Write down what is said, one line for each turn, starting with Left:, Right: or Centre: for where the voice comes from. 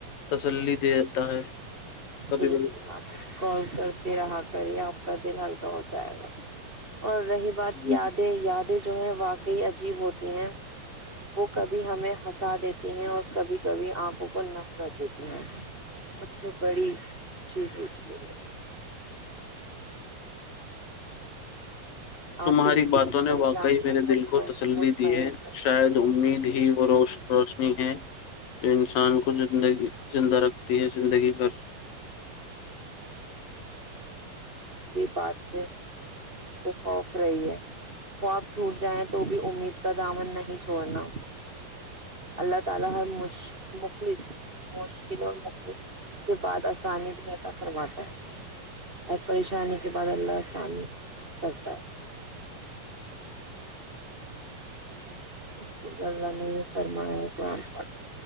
Left: تسلی دیتا ہے کبھی
Right: بالکل
Left: کبھی
Right: آپ کال کرتے رہا کری آپ کا د حان پ ہو جائے گا اور رہی بات
Left: جی۔
Right: یادیں یادیں جو ہے واقعی عجیب ہوتی ہیں وہ کبھی ہمیں ہنسا دیتی ہیں اور کبھی کبھی آنکھوں کو نم کر دیتی ہیں سب سے بڑی چیز ہوتی ہےئی ہے آپ
Left: تمہاری
Right: بالکل
Left: باتوں
Right: پریشانی
Left: نے واقعی میرے
Right: مطمئن
Left: دل کو تسلی
Right: مطمئن
Left: دی ہے
Right: رہے،
Left: شاید امید ہی روش روش ہے جو انسان کوگی زندہ رکھتی ہے زندگی بھر
Right: بات سے کہ خوف رہی ہے وہ اپ ٹوٹ جائیں تو بھی امید کا دامن نہیں چھوڑنا اللہ تعالی ہر مخلص مشکل اور اس کے بعد اسانی فرماتا ہے اور پریشانی کے بعد اللہ آسامی کرتا ہے بالکل اللہ نے یہ فرمایا ہے قرآن پ